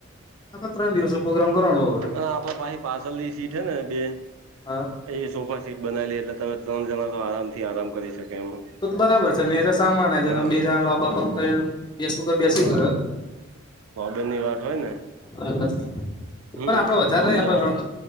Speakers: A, on the left; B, on the right.
A: હા તો ત્રણ દિવસો પ્રોગ્રામ કરાવો
B: હ આપડે પાહી પાસલી સીટ હે ને બે
A: હા
B: એ સોફા સીટ બનાવેલી એટલે તમે ત્રણ જણા તો આરામ થી આરામ કરી શકે એમાં
A: તો તો બરાબર છે નેચે સામાન આઈ જાય
B: હા
A: બે જણા લોબા પગ કરીને બેસવું તો બેસી
B: હા
A: ખરે
B: <unintelligible> ની વાત હોય ને
A: <unintelligible>
B: હમ
A: પણ આપડે વધારે
B: લોંગ
A: નહી આપડે
B: જવાનું